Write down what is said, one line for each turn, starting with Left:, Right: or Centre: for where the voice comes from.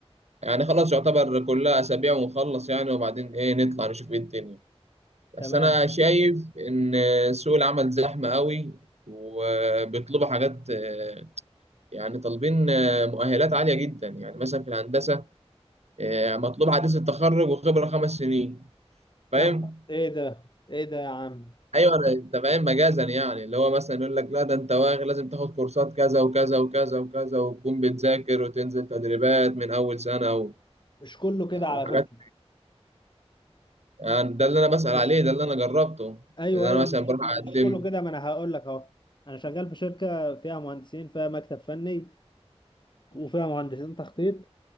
Right: يعني خلاص يعتبر كلها اسابيع ونخلص يعني وبعدين ايه نطلع نشوف ايه الدنيا
Left: تمام
Right: بس انا شايف ان سوق العمل زحمه قوي وبيطلبوا حاجات آه، يعني طالبين آه، مؤهلات عاليه جدا يعني مثلا في الهندسه آه، مطلوب حديث التخرج وخبره خمس سنين فاهم
Left: يا نهار ايه ده ايه ده يا عم
Right: ايوه انا انت فاهم مجازا يعني اللي هو مثلا يقول لك لا ده انت واغل لازم تاخد كورسات كذا وكذا وكذا وكذا وتكون بتذاكر وتنزل تدريبات من اول سنه و...
Left: مش كله كده على
Right: وحاجات
Left: فكرة
Right: يعني ده اللي انا بسأل
Left: مش
Right: عليه ده اللي انا جربته
Left: ايوه
Right: اللي
Left: ايوه
Right: انا مثلا
Left: مش
Right: بروح اقدم
Left: مش كله كده ما انا هقول لك اهو انا شغال في شركه فيها مهندسين فيها مكتب فني وفيها مهندسين تخطيط